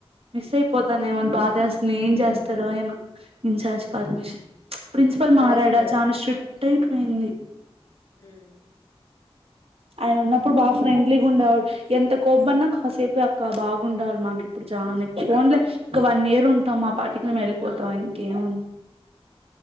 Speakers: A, on the right; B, on the left.
A: మిస్ అయిపోతానే బాదేస్తాది. నే ఏం చేస్తారో ఏమో అయన ఇన్ఛార్జ్ పర్మిషన్ ప్రిన్సిపల్
B: అడగండి
A: మారాడా
B: ఒకసారి
A: కట్ అయిపోయింది.
B: ఉమ్.
A: ఆయనున్నప్పుడు బాగ ఫ్రెండ్లీగుండేవాడు. ఎంత కోబన్నా కాసేపే అక్క బాగుండాల్ మాకిప్పుడు చాని పోన్లే ఒక వన్ ఇయర్ ఉంటాం, మా పాటికి మేమెళ్ళిపోతాం ఇంకేముంది.